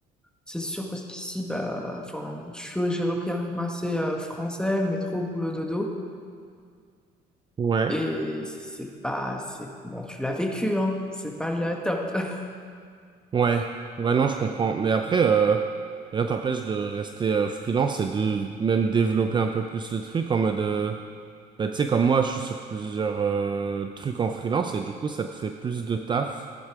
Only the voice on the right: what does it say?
Ouais.
Ouais, ouais, non, je comprends. Mais après, euh, rien t'empêche de rester euh, freelance et de même développer un peu plus le truc en mode, euh, bah, tu sais, comme moi, je suis sur plusieurs euh, trucs en freelance et du coup, ça te fait plus de taf,